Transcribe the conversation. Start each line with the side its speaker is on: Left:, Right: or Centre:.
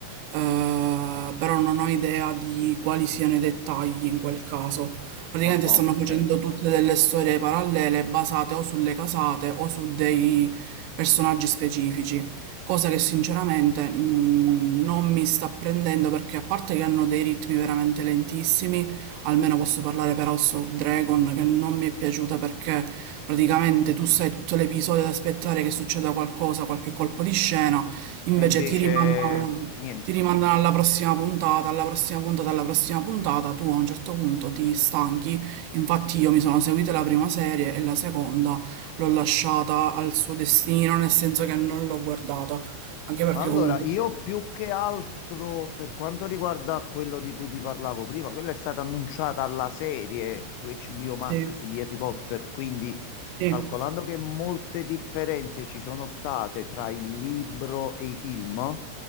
Right: eh, però non ho idea di quali siano i dettagli in quel caso. Praticamente
Left: Ah, ok.
Right: stanno facendo tutte delle storie parallele basate o sulle casate o su dei personaggi specifici, cosa che sinceramente mh, non mi sta prendendo perché a parte che hanno dei ritmi veramente lentissimi, almeno posso parlare per House of Dragon che non mi è piaciuta perché praticamente tu stai tutto l'episodio ad aspettare che succeda qualcosa, qualche colpo di scena, invece
Left: E invece
Right: ti rimandano...
Left: niente.
Right: Ti rimandano alla prossima puntata, alla prossima puntata, alla prossima puntata, tu a un certo punto ti stanchi. Infatti io mi sono seguita la prima serie e la seconda l'ho lasciata al suo destino, nel senso che non l'ho guardata, anche perché
Left: Allora,
Right: comunque...
Left: io più che altro per quanto riguarda quello di cui ti parlavo prima, quella è stata annunciata alla serie su HBO Max
Right: Sì,
Left: di Harry Potter, quindi
Right: sì,
Left: calcolando che molte differenze ci sono state tra il libro e i film,